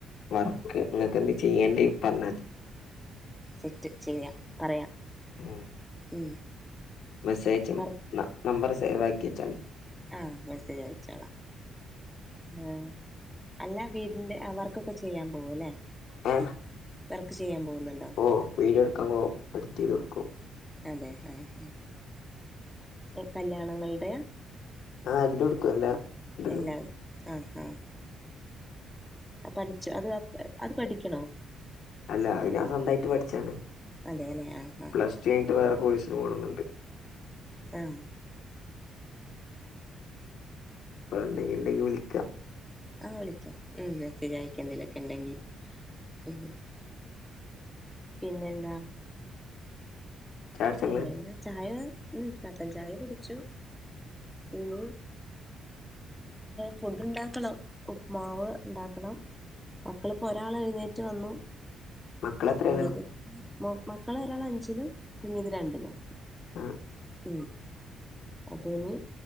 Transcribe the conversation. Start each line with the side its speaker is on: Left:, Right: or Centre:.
Left: വർക്ക് നിങ്ങക്ക് എന്തേ ചെയ്യേണ്ടി പറഞ്ഞാതി
Centre: സെറ്റ് ചെയ്യാം പറയാം.
Left: ഹ്മ്മ്
Centre: ഉം
Left: മെസ്സേജ
Centre: പറ
Left: നമ്പർ സേവാക്കി വച്ചാളി
Centre: ആ മെസ്സേജ് അയച്ചോളാം. ആ അല്ല വീടിന്റെ വർക്കൊക്കെ ചെയ്യാൻ പോവുല്ലേ
Left: ആ
Centre: ർക്ക് ചെയ്യാൻ പോകുന്നുണ്ടോ
Left: ഓ വീഡിയോ എടുക്കുമ്പോ എഡിറ്റ് ചെയ്ത് കൊടുക്കും
Centre: അതെ ആഹ് കല്യാണങ്ങളുടെയാ
Left: ആഹ് എല്ലുട്ക്കും എല്ലാ ഇണ്ടല്ലോ
Centre: എല്ലാം ആഹ് ആഹ് പഠിച്ചു അത് അത് പഠിക്ക്യണോ
Left: അല്ല അത് ഞാൻ സ്വന്തായിട്ട് പഠിച്ചാണ്.
Centre: അതെല്ലെ ആഹ് ആഹ്
Left: പ്ലസ്ടു കയിഞ്ഞിട്ട് വേറെ കോഴസിന് പോണെന്നുണ്ട്
Centre: ആഹ്
Left: ആഹ് ഇണ്ടെങ്കി ഇണ്ടെങ്കി വിളിക്കാ
Centre: ആഹ് വിളിക്ക. ഉം മെസ്സേജയിക്ക ന്തേലൊക്കെണ്ടെങ്കി ഉം പിന്നെന്താ
Left: ചായ കുടിച്ചോ
Centre: പിന്നെന്താ
Left: ഇങ്ങള്
Centre: ചായ കട്ടൻ ചായ കുടിച്ചു ഇനി ഫുഡ് ഉണ്ടാക്കണം ഉപ്മാവ് ഇണ്ടാക്കണം മക്കളിപ്പോ ഒരാൾ എഴുന്നേറ്റ് വന്നു
Left: മക്കള് എത്രയിലാ
Centre: കുഞ്ഞിത്. മക്കളരാൾ അഞ്ചിലും കുഞ്ഞത് രണ്ടിലും
Left: ആഹ്
Centre: ഉം അപ ഇഞ്ഞ്